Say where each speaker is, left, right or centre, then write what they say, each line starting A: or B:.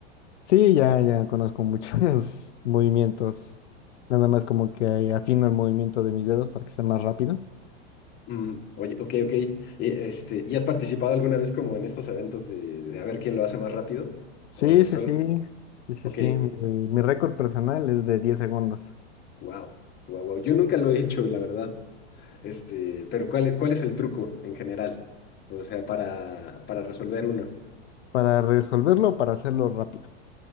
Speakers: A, on the left; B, on the left.
A: Sí, ya, ya conozco muchos <laughs> movimientos. Nada más como que afino el movimiento de mis dedos para que sea más rápido.
B: Mm, Oye, ok, ok. Y, este, ¿y has participado alguna vez como en estos eventos de, de a ver quién lo hace más rápido?
A: Sí,
B: O solo,
A: sí, sí, sí, sí,
B: ok.
A: sí. Mi, mi récord personal es de 10 segundos.
B: Wow, wow, wow. Yo nunca lo he hecho, la verdad. Este, pero ¿cuál es, cuál es el truco en general? O sea, para, para resolver uno.
A: Para resolverlo, o para hacerlo rápido.